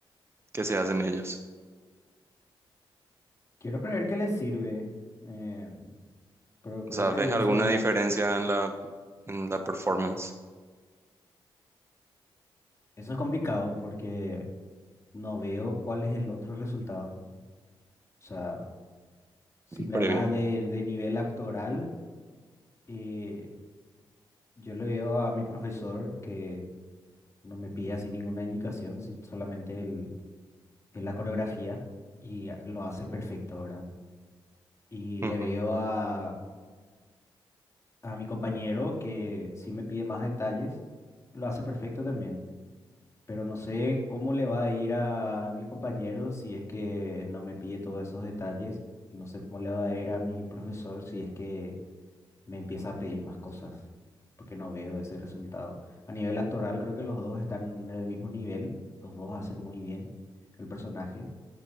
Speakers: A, on the right; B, on the left.
A: que se hacen ellos?
B: Quiero creer que les sirve, eh, pero creo
A: O sea,
B: que
A: ¿ves
B: hay veces...
A: alguna diferencia en la, en la performance
B: Eso es complicado porque no veo cuál es el otro resultado. O sea, si me
A: previa?
B: hablas de, de nivel actoral, eh, yo le veo a mi profesor que no me pide así ninguna indicación, si- solamente el, el la coreografía y a- lo hace perfecto, ¿verdad? Y
A: Ujú,
B: le veo a, a mi compañero que sí me pide más detalles, lo hace perfecto también. Pero no sé cómo le va a ir a mi compañero si es que no me pide todos esos detalles. Y no sé cómo le va a ir a mi profesor si es que me empieza a pedir más cosas, porque no veo ese resultado. A nivel actoral, creo que los dos están en el mismo nivel. Los dos hacen muy bien el personaje,